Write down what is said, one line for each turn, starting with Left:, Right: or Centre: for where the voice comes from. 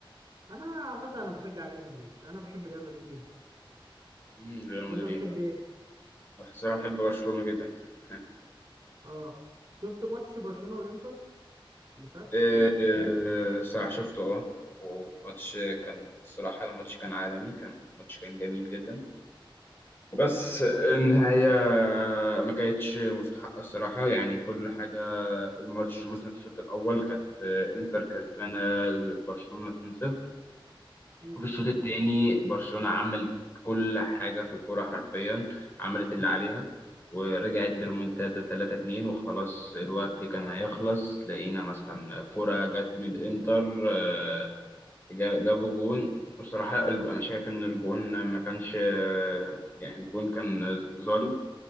Right: أنا عامة أنا بشجع ريال مدريد أنا بحب ريال مدريد جدا
Left: مم، ريال مدريد
Right: وأنت بتحب
Left: آه.
Right: إيه؟
Left: أنا الصراحة بحب برشلونة جدا <laughs>
Right: آه شفت ماتش برشلونة والإنتر اللي فات؟
Left: آه، آه، الصراحة شفته اه والماتش كان الصراحة الماتش كان عالمي كان الماتش كان جميل جدا بس النهاية ما كانتش مستحقة الصراحة يعني كل حاجة الماتش مثلا الشوط الأول كانت آه، إنتر كسبانة برشلونة 2-0
Right: مم.
Left: في الشوط التاني برشلونة عملت كل حاجة في الكورة حرفيا عملت اللي عليها ورجعت بريمونتادا 3-2 وخلاص الوقت كان هيخلص لقينا مثلا كورة جت من الإنتر آه، جا- جابوا جون بصراحة الج- أنا شايف إن الجون ما كانش آه، يعني الجون كان ظالم